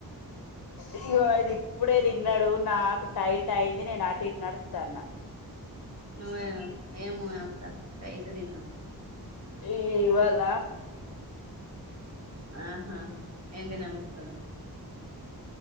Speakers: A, on the left; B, on the right.
A: ఇయ్యో వాడ ఇప్పుడే తిన్నాడు నాకు టైట్ అయింది నే నాటి ఇట్ నడతా అన్న
B: నువేవ్ ఏవొ అంత టైట్ తిన్ను
A: ఈ ఇవాల
B: ఆహా ఎండిన ముక్కలు